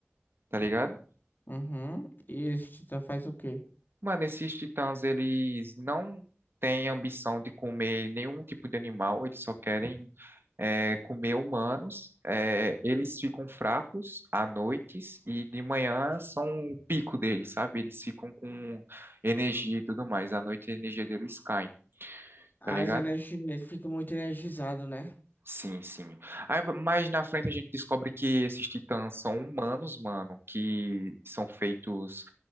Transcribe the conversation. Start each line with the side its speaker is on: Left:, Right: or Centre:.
Right: tá ligado?
Left: Uhum. E esse titã faz o quê?
Right: Mano, esses titãs, eles não têm ambição de comer nenhum tipo de animal, eles só querem é, comer humanos. É, eles ficam fracos à noite e de manhã são o pico deles, sabe? Eles ficam com energia e tudo mais. À noite a energia deles cai,
Left: As
Right: tá ligado?
Left: energias, ele fica muito energizado, né?
Right: Sim, sim. Aí mais na frente a gente descobre que esses titãs são humanos, mano, que são feitos.